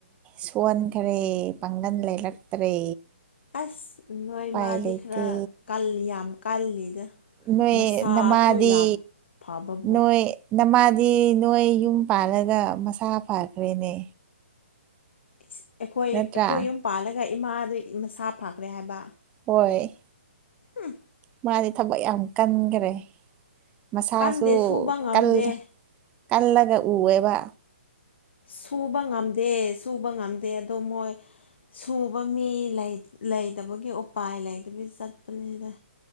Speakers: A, on the right (about 20°); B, on the left (about 65°).
A: ꯁꯣꯟꯈ꯭ꯔꯦ ꯄꯥꯡꯒꯟ ꯂꯩꯔꯛꯇ꯭ꯔꯦ
B: ꯑꯁ ꯅꯣꯏ
A: ꯎꯄꯥꯏ
B: ꯃꯥꯗꯤ
A: ꯂꯩꯇꯦ
B: ꯈꯔ ꯀꯜꯂꯤ ꯌꯥꯝ ꯀꯜꯂꯤꯗ
A: ꯅꯣꯏ
B: ꯃꯁꯥꯁꯨ
A: ꯅꯃꯥꯗꯤ
B: ꯌꯥꯝ ꯐꯕꯕꯨ
A: ꯅꯣꯏ ꯅꯃꯥꯗꯤ ꯅꯣꯏ ꯌꯨꯝ ꯄꯥꯜꯂꯒ ꯃꯁꯥ ꯐꯥꯈ꯭ꯔꯦꯅꯦ
B: ꯏꯁ ꯑꯩꯈꯣꯏ
A: ꯅꯠꯇ꯭ꯔꯥ
B: ꯑꯩꯈꯣꯏ ꯌꯨꯝ ꯄꯥꯜꯂꯒ ꯏꯃꯥꯗꯨ ꯃꯁꯥ ꯐꯥꯈ꯭ꯔꯦ ꯍꯥꯏꯕ
A: ꯍꯣꯏ
B: ꯍꯝ
A: ꯃꯥꯗꯤ ꯊꯕꯛ ꯌꯥꯝ ꯀꯟꯒꯔꯦ ꯃꯁꯥꯁꯨ
B: ꯀꯟꯗꯦ ꯁꯨꯕ ꯉꯝꯗꯦ
A: ꯀꯜ ꯀꯜꯂꯒ ꯎꯋꯦꯕ
B: ꯁꯨꯕ ꯉꯝꯗꯦ ꯁꯨꯕ ꯉꯝꯗꯦ ꯑꯗꯣ ꯃꯣꯏ ꯁꯨꯕ ꯃꯤ ꯂꯩ ꯂꯩꯇꯕꯒꯤ ꯎꯄꯥꯏ ꯂꯩꯇꯕꯩ ꯆꯠꯄꯅꯤꯗ